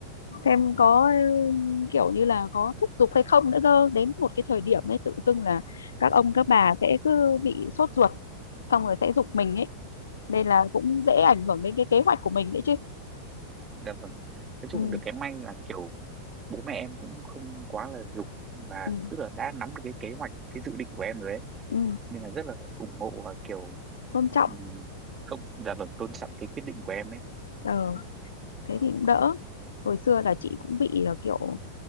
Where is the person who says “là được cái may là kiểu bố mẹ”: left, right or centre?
Right